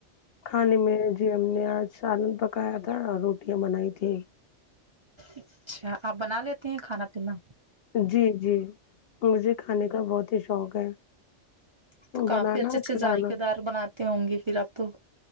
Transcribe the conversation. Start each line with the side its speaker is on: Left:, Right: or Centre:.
Left: کھانے میں جی ہم نے آج سالن پکایا تھا اور روٹیاں بنائی تیں
Right: اچھا آپ بنا لیتے ہیں کھانا پینا
Left: جی جی مجھے کھانے کا بہت ہی شوق ہے
Right: تو
Left: بنانا
Right: کافی اچھے
Left: اور
Right: اچھے
Left: کھلانا
Right: جذائ کے دار بناتے ہوں گے پھر اپ تو